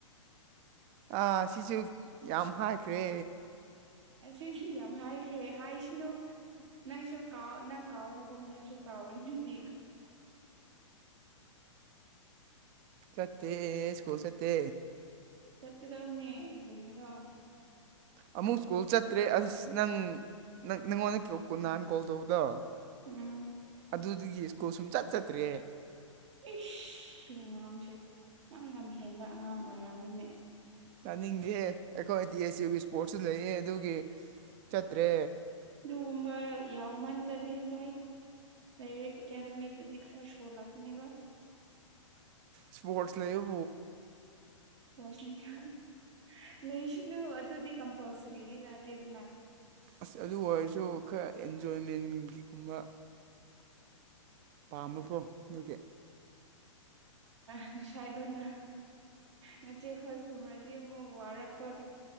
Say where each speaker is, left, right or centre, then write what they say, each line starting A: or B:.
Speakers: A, on the right (about 30°); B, on the right (about 60°).
A: ꯑ ꯁꯤꯁꯨ ꯌꯥꯝ ꯍꯥꯏꯈ꯭ꯔꯦ
B: ꯑꯁꯤꯁꯨ ꯌꯥꯝ ꯍꯥꯏꯈ꯭ꯔꯦ ꯍꯥꯏꯁꯅꯨ ꯅꯪꯁꯨ ꯀꯥꯎ ꯅꯪ ꯀꯥꯎꯕꯒꯨꯝꯅ ꯑꯩꯁꯨ ꯀꯥꯎꯔꯤ ꯑꯗꯨꯗꯤ
A: ꯆꯠꯠꯇꯦ ꯁ꯭ꯀꯨꯜ ꯆꯠꯇꯦ
B: ꯆꯠꯀꯗꯕꯅꯦ ꯀꯔꯣ
A: ꯑꯃꯨꯛ ꯁ꯭ꯀꯨꯜ ꯆꯠꯇ꯭ꯔꯦ
B: ꯀꯩꯗꯧꯔꯤꯅꯣ
A: ꯑꯁ ꯅꯪꯪ ꯅꯪꯉꯣꯟꯗ ꯀꯨ ꯍꯥꯟꯅ ꯀꯣꯜ ꯇꯧꯕꯗꯣ
B: ꯎꯝ
A: ꯑꯗꯨꯗꯨꯒꯤ ꯁ꯭ꯀꯨꯜ ꯁꯨꯝ ꯆꯠ ꯆꯠꯇ꯭ꯔꯦ
B: ꯏꯁ ꯑꯉꯥꯡꯁꯦ ꯌꯥꯝ ꯂꯝ ꯍꯦꯟꯕ ꯑꯉꯥꯡ ꯑꯣꯏꯔꯝꯃꯤꯅꯦ
A: ꯆꯥꯅꯤꯡꯗꯦ ꯑꯩꯈꯣꯏ ꯇꯤ ꯑꯦꯆ ꯌꯨꯒꯤ ꯏꯁꯄꯣꯔꯠꯁꯨ ꯂꯩꯌꯦ ꯑꯗꯨꯒꯤ ꯆꯠꯇ꯭ꯔꯦ
B: ꯑꯗꯨꯒꯒꯨꯝꯕ ꯌꯥꯎꯃꯟꯂꯗꯤ ꯅꯣꯏ ꯂꯥꯏꯔꯤꯛ ꯑꯦꯀꯥꯗꯃꯤꯛꯇꯗꯤ ꯈꯔ ꯁꯣꯜꯂꯛꯄꯅꯦꯕ
A: ꯁꯄꯣꯔꯠꯁ ꯂꯕ
B: ꯏꯁꯄꯣꯔꯠꯁꯅꯤ ꯂꯩꯁꯅꯨ ꯑꯗꯨꯗꯤ ꯀꯝꯄꯜꯁꯔꯤꯗꯤ ꯇꯗꯦꯗꯅ
A: ꯑꯁ ꯑꯗꯨ ꯑꯣꯏꯔꯁꯨ ꯈꯔ ꯑꯦꯟꯖꯣꯏꯃꯦꯟꯒꯤꯒꯨꯝꯕ ꯄꯥꯝꯕꯕ꯭ꯔꯣ ꯑꯗꯨꯒꯤ
B: ꯎꯝꯁꯗꯅ ꯅꯆꯦ ꯑꯩꯈꯣꯏ ꯈꯨꯃꯔꯗꯤ ꯑꯃꯨꯛ ꯋꯥꯔꯛꯄꯒꯤ